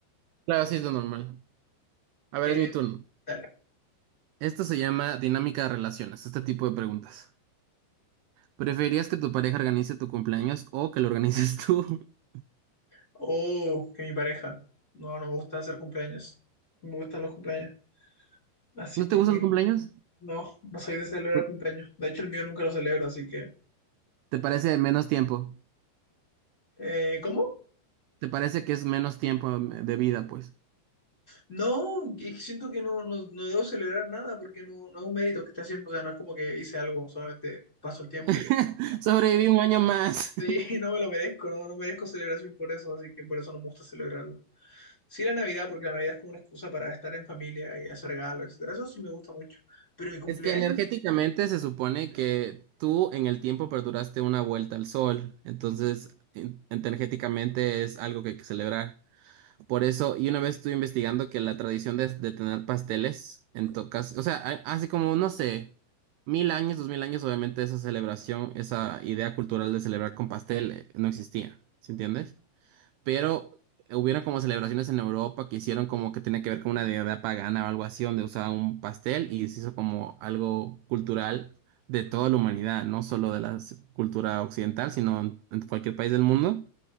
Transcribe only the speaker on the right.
Claro, sí es lo normal. A ver,
es mi turno.
Esto se llama dinámica de relaciones, este tipo de preguntas. ¿Preferirías que tu pareja organice tu cumpleaños o que lo organices tú? <laughs>
¿No
te gustan
los cumpleaños?
Por-
¿Te parece menos tiempo?
¿Te parece que es menos tiempo eh, de vida, pues?
<laughs> Sobreviví un año más.
<laughs>
Es que energéticamente se supone que tú en el tiempo perduraste una vuelta al sol, entonces en- energéticamente es algo que hay que celebrar. Por eso, y una vez estuve investigando que la tradición de, de tener pasteles en tocas, o sea, a- así como, no sé, mil años, dos mil años, obviamente esa celebración, esa idea cultural de celebrar con pastel eh, no existía, ¿sí entiendes? pero hubieron como celebraciones en Europa que hicieron como que tenía que ver con una deidad pagana o algo así, donde usaban un pastel y se hizo como algo cultural de toda la humanidad, no solo de la s- cultura occidental, sino en en cualquier país del mundo,